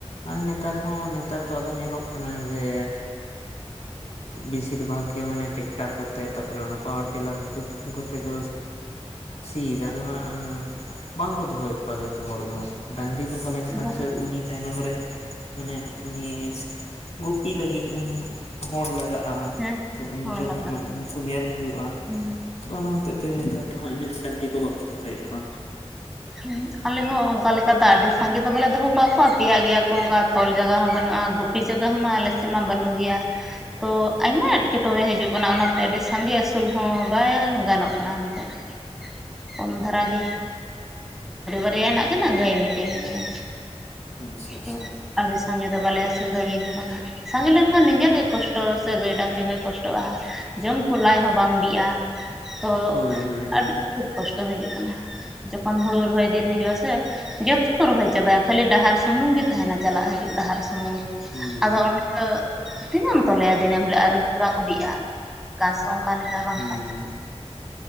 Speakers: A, on the left; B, in the centre.
A: ᱟᱨ ᱱᱮᱛᱟᱨ ᱦᱚᱸ ᱱᱮᱛᱟᱨ ᱫᱚ ᱟᱫᱚ ᱧᱮᱞᱚᱜ ᱠᱟᱱᱟ ᱡᱮ ᱵᱮᱥᱤᱨ ᱵᱷᱟᱜ ᱜᱮ ᱢᱟᱱᱮ ᱴᱮᱠᱴᱟᱨ ᱠᱚᱛᱮ ᱛᱟᱨᱯᱚᱨᱮ ᱚᱱᱟ ᱯᱟᱣᱟᱨ ᱴᱮᱞᱟᱨ ᱠᱚ ᱠᱚᱛᱮ ᱠᱚ ᱥᱤ ᱫᱟᱠᱚ ᱦᱟᱜ ᱵᱟᱝᱠᱚ ᱫᱚᱦᱚᱭᱮᱫ ᱠᱚᱣᱟ ᱡᱷᱚᱛᱚ ᱦᱚᱲ ᱫᱚ ᱰᱟᱝᱨᱤ ᱫᱚᱦᱚ ᱞᱮᱱᱠᱷᱟᱱ
B: ᱦᱮᱸ
A: ᱥᱮ ᱩᱱᱤ ᱛᱟᱭᱱᱚᱢ ᱨᱮ ᱢᱟᱱᱮ ᱩᱱᱤ ᱜᱩᱯᱤ ᱞᱟᱹᱜᱤᱫ ᱦᱚᱲ ᱞᱟᱜᱟᱜᱼᱟ᱾
B: ᱦᱮᱸ
A: ᱛᱚ ᱩᱱᱤ
B: ᱦᱚᱲ
A: ᱡᱚᱢᱮᱟᱭ
B: ᱞᱟᱜᱟᱜᱼᱟ
A: ᱩᱱᱠᱩ ᱧᱮᱞ ᱦᱩᱭᱩᱜᱼᱟ
B: ᱦᱮᱸ
A: ᱛᱚ ᱚᱱᱟ ᱦᱚᱛᱮᱡ ᱛᱮ ᱱᱮᱛᱟᱨ ᱫᱚ ᱦᱟᱸᱜ ᱤᱱᱟᱹᱜ ᱰᱟᱝᱨᱤ ᱠᱚ ᱵᱟᱠᱚ ᱫᱚᱦᱚ ᱭᱮᱫ ᱠᱚᱣᱟ
B: ᱦᱮᱸ ᱟᱞᱮ ᱦᱚᱸ ᱚᱱᱠᱟ ᱞᱮᱠᱟ ᱫᱚ ᱟᱹᱰᱤ ᱥᱟᱸᱜᱮ ᱫᱚ ᱵᱟᱞᱮ ᱫᱚᱦᱚ ᱠᱟᱜ ᱠᱚᱣᱟ ᱯᱮᱭᱟ ᱜᱮᱭᱟ ᱠᱚ ᱚᱱᱠᱟ ᱛᱚᱞ ᱡᱟᱭᱜᱟ ᱦᱚᱸ ᱵᱟᱹᱱᱩᱜᱼᱟ ᱜᱩᱯᱤ ᱡᱟᱭ ᱦᱚᱸ ᱢᱟ ᱟᱞᱮ ᱥᱮᱫ ᱢᱟ ᱵᱟᱹᱱᱩᱜ ᱜᱮᱭᱟ ᱛᱚ ᱟᱭᱢᱟ ᱮᱸᱴᱠᱮᱴᱚᱬᱮ ᱦᱤᱡᱩᱜ ᱠᱟᱱᱟ ᱚᱱᱟᱛᱮ ᱟᱹᱰᱤ ᱥᱟᱸᱜᱮ ᱟᱹᱥᱩᱞ ᱦᱚᱸ ᱵᱟᱝ ᱜᱟᱱᱚᱜ ᱠᱟᱱᱟ ᱮᱱ ᱛᱮᱫ ᱠᱚᱢ ᱫᱷᱟᱨᱟ ᱜᱮ ᱵᱟᱨ ᱭᱟ ᱢᱮᱱᱟᱜ ᱠᱤᱱᱟ. ᱜᱟ. ᱭ ᱢᱤᱫ ᱴᱟᱝ ᱢᱮᱱᱟᱭᱟ
A: ᱚ ᱟᱪᱪᱷᱟ ᱟᱪᱪᱷᱟ
B: ᱟᱫᱚ ᱟᱨ ᱵᱮᱥᱤ ᱥᱟᱸᱜᱮ ᱫᱚ ᱵᱟᱞᱮ ᱟᱹᱥᱩᱞ ᱫᱟᱲᱮᱭᱟᱠᱚ ᱠᱟᱱᱟ ᱥᱟᱸᱜᱮ ᱞᱮᱱᱠᱷᱟᱱ ᱱᱤᱡᱮᱨ ᱜᱮ ᱠᱚᱥᱴᱚ ᱥᱮ ᱜᱟᱹᱭ ᱰᱟᱝᱨᱤ ᱦᱚᱭ ᱠᱚᱥᱴᱚᱜᱼᱟ ᱡᱚᱢ ᱠᱚ ᱞᱟᱡ ᱦᱚᱸ ᱵᱟᱝ ᱵᱤᱜᱼᱟ ᱛᱚ
A: ᱦᱳᱭ ᱦᱳᱭ
B: ᱟᱹᱰᱤ ᱡᱳᱨ ᱠᱚᱥᱴᱚ ᱦᱤᱡᱩᱜ ᱠᱟᱱᱟ᱾ ᱡᱚᱠᱷᱚᱱ ᱦᱳᱲᱳ ᱨᱚᱦᱚᱭ ᱫᱤᱱ ᱦᱤᱡᱩᱜ-ᱟ ᱥᱮ ᱡᱷᱚᱛᱚ ᱠᱚ ᱨᱚᱦᱚᱭ ᱪᱟᱵᱟᱭᱟ ᱠᱷᱟᱹᱞᱤ ᱰᱟᱦᱟᱨ ᱥᱩᱢᱩᱝ ᱜᱮ ᱛᱟᱦᱮᱱᱟ ᱪᱟᱞᱟᱜ ᱦᱤᱡᱩᱜ ᱰᱟᱦᱟᱨ ᱥᱩᱢᱩᱝ
A: ᱦᱮᱸ
B: ᱟᱫᱚ ᱚᱱᱟ ᱫᱚ ᱛᱤᱱᱟᱹᱜ ᱮᱢ ᱛᱚᱞᱮᱭᱟ ᱫᱤᱱᱟᱹᱢ ᱦᱤᱞᱳᱜ ᱟᱨ ᱵᱟᱠᱚ ᱵᱤᱜᱼᱟ ᱮᱱᱛᱮ ᱜᱷᱟᱥ ᱦᱚᱸ ᱚᱱᱠᱟ ᱞᱮᱠᱟ ᱵᱟᱝ
A: ᱦᱩᱸ
B: ᱛᱟᱦᱮᱸ